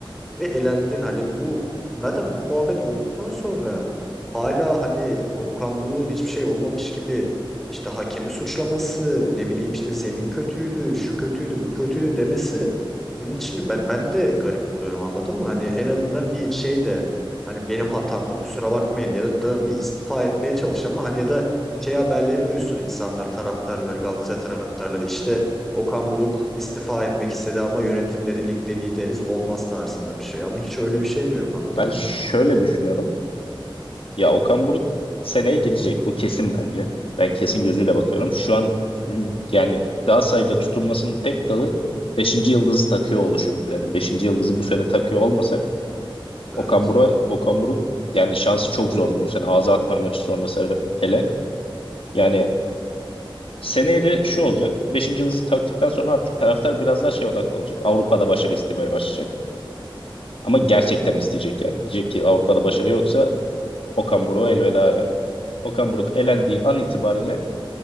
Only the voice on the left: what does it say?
Ben
şöyle düşünüyorum. Ya Okan Buruk seneye gidecek. Bu kesin bence. Ben kesin gözüyle
bakıyorum. Şu an yani Galatasaray'da tutunmasının tek dalı beşinci yıldızı takıyor oluşumuz. Yani beşinci yıldızı bu sene takıyor olmasak
Okan Buruk, Okan Buruk yani şansı çok zordu bu sene. Ağza Alkmaar maçı sonrası hele. Yani seneye de şu olacak. Beşinci yıldızı taktıktan sonra artık taraftar biraz daha şey odaklı olacak. Avrupa'da başarı istemeye başlayacak. Ama gerçekten isteyecek yani. Diyecek ki Avrupa'da başarı yoksa Okan Buruk'a elveda yani. Okan Buruk elendiği an itibariyle